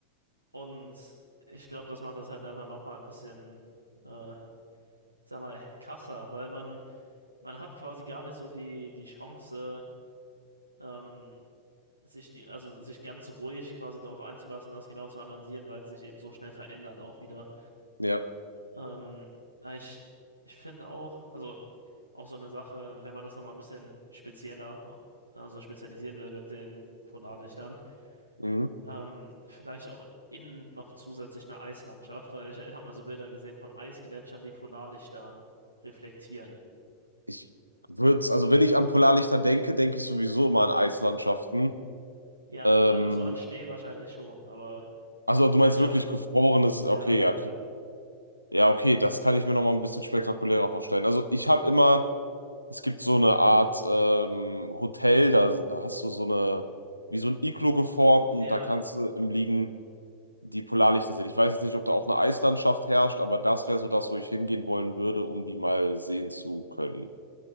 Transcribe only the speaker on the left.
Ja.
Mhm.
Ich würde, also wenn ich an Polarlichter denke, denke ich sowieso immer an Eislandschaften.
Ähm,
Also du
meinst wirklich gefrorenes,
okay, ja,
k- ja, okay, das kann ich mir noch mal ein bisschen spektakulärer vorstellen. Also ich habe immer, es gibt so eine Art ähm, Hotel, da hast du so eine, wie so ein Iglo geformt und
da kannst du im Liegen die Polarlichter sehen. Ich weiß jetzt nicht, ob da auch eine Eislandschaft herrscht, aber das wäre so das, wo ich hingehen wollen würde, um die mal sehen zu können.